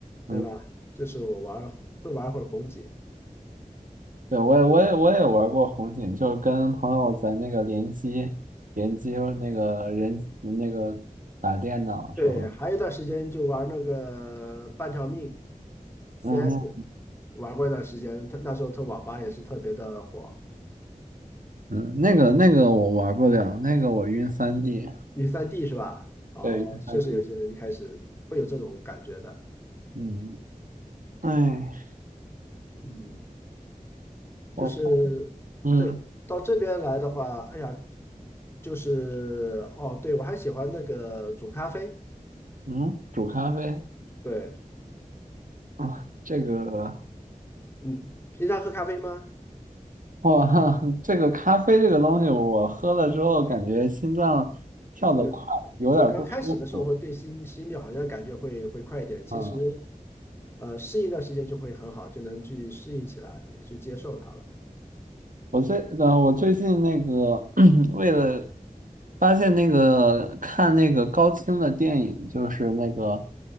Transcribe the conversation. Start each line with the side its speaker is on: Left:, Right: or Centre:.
Left: 对吧？
Right: 嗯，
Left: 就是我玩会玩会儿红警。
Right: 对，我也我也我也玩过红警，就是跟朋友在那个联机联机那个人那个打电脑什么的
Left: 对，还有一段时间就玩那个半条命，CS
Right: 嗯
Left: 玩过一段时间，他那时候他网吧也是特别的火，
Right: 嗯，那个那个我玩不了，那个我晕三 d
Left: 女三 D 是吧？哦，
Right: 对，晕三
Left: 确实有些人一开始会有这种感觉的，
Right: d 嗯，哎，
Left: 嗯，
Right: 我看
Left: 就是对，
Right: 嗯
Left: 到这边来的话，哎呀，就是哦，对，我还喜欢那个煮咖啡。
Right: 嗯，煮咖啡。
Left: 对，
Right: 啊，这个
Left: 嗯，平常喝咖啡吗？
Right: 哇，<laughs> 这个咖啡这个东西，我喝了之后感觉心脏跳得快，
Left: 就就刚开始的时候会对心心率好像感觉会会快一点，
Right: 有点不舒服。
Left: 其实
Right: 嗯，
Left: 呃适应一段时间就会很好，就能去适应起来，也去接受它了。
Right: 我最呃，我最近那个 <clears throat> 为了发现那个看那个高清的电影，就是那个